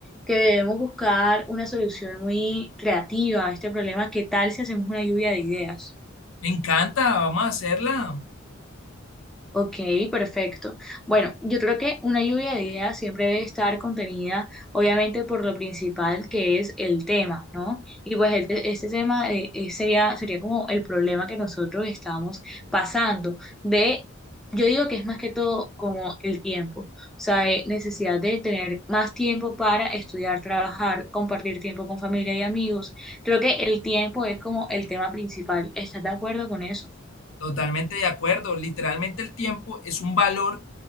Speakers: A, in the centre; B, on the left.
A: que debemos buscar una solución muy creativa a este problema. ¿Qué tal si hacemos una lluvia de ideas?
B: Me encanta, vamos a hacerla.
A: Ok, perfecto. Bueno, yo creo que una lluvia de ideas siempre debe estar contenida, obviamente, por lo principal que es el tema, ¿no? Y pues el te- este tema eh, eh, sería, sería como el problema que nosotros estamos pasando de, yo digo que es más que todo como el tiempo, o sea, eh, necesidad de tener más tiempo para estudiar, trabajar, compartir tiempo con familia y amigos. Creo que el tiempo es como el tema principal. ¿Estás de acuerdo con eso?
B: Totalmente de acuerdo. Literalmente el tiempo es un valor